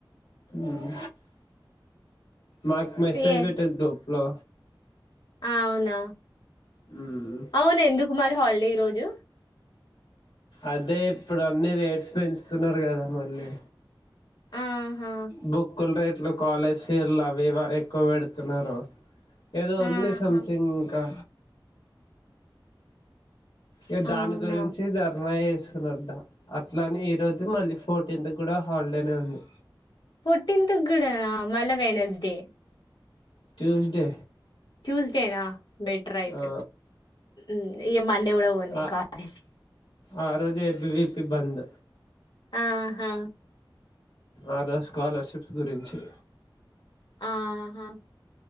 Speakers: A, on the left; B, on the left.
A: ఉమ్ మాకు మెసేజ్
B: ఏ
A: బెట్టదు డొప్లో
B: ఆ అవునా
A: ఉమ్
B: అవును ఎందుకు మరి హాలిడే ఈ రోజు?
A: అదే ఇప్పుడు అన్ని రేట్స్ పెంచుతున్నారు కదా మళ్ళీ.
B: ఆహా
A: బుక్కులు రేట్లు, కాలేజ్ ఫీర్లు అవి ఇవ ఎక్కువ పెడుతున్నరు. ఏదో ఉంది
B: ఆహా
A: సంథింగ్ ఇంకా ఇగ దాని
B: అవునా
A: గురించి ధర్నా చెస్ తున్నరట అట్లని ఈ రోజు మళ్ళీ ఫోర్టీన్త్ గుడ హాలిడేనే ఉంది.
B: ఫోర్టీన్త్ గుడ నా మల్ల వెనస్డే
A: ట్యూస్డే
B: ట్యూస్డేనా బెటర్ అయితే
A: ఆ
B: ఉం ఇక మండే కూడా పోన్
A: ఆ
B: కాలేజ్ కి
A: ఆ రోజు ఏబివీపి బంద్
B: ఆహా
A: ఆ రోజు స్కాలర్షిప్స్ గురించి
B: ఆహా